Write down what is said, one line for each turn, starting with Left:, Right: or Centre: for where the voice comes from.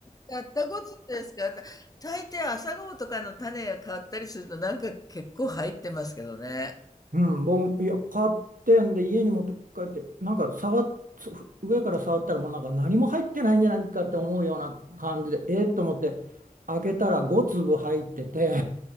Left: だったこずぶですか大抵朝顔とかの種が変わったりするとなんか結構入ってますけどね。
Right: うん、僕、いや、買ってんで、家に持って帰って、なんか触っ、そ上から触ったら、もうなんか何も入ってないんじゃないかって思うような感じで、えーっと思って、開けたら5粒入ってて、